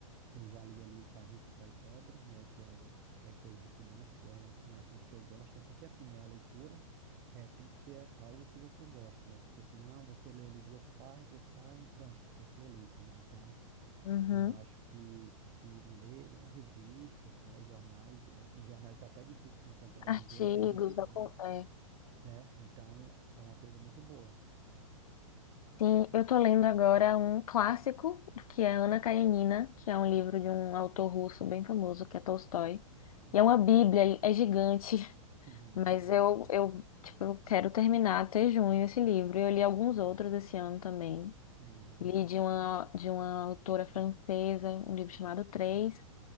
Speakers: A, on the right; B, on the left.
A: eu já li ali O Pai Rico e o Pai Pobre, né? Que é é, coisa de finanças, que é um, um assunto que eu gosto, né? Porque assim, né, a leitura é, tem que ser algo que você gosta, né? Porque senão você lê ali duas páginas, três páginas, e pronto, esqueceu o livro, né? Então,
B: Uhum.
A: eu acho que, que ler, né, revistas, né, jornais, é, e jornais está até difícil de encontrar hoje
B: Artigos,
A: em dia, não sei nem se faz,
B: aco- é.
A: né? Então, é uma coisa muito boa.
B: Sim, eu tô lendo agora um clássico, que é Ana Karenina, que é um livro de um autor russo bem famoso, que é Tolstói.
A: Hum.
B: E é uma bíblia, é gigante.
A: <laughs>
B: Mas eu, eu, tipo, eu quero terminar até junho esse livro. Eu li alguns outros esse ano também.
A: Uhum.
B: Li de uma, de uma autora francesa, um livro chamado Três.